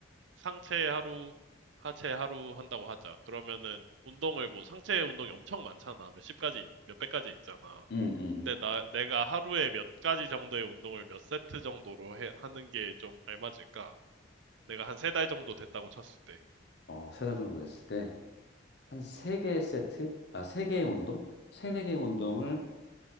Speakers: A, on the right; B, on the left.
A: 상체 하루, 하체 하루 한다고 하자. 그러면은 운동을 뭐 상체 운동이 엄청 많잖아. 몇십 가지, 몇백 가지 있잖아.
B: 음, 음, 음.
A: 근데 나, 내가 하루에 몇 가지 정도의 운동을 몇 세트 정도로 해- 하는 게 좀 알맞을까? 내가 한 세 달 정도 됐다고 쳤을 때.
B: 어, 세 달 정도 됐을 때 한 세 개의 세트, 아, 세 개의 운동, 세네 개의 운동을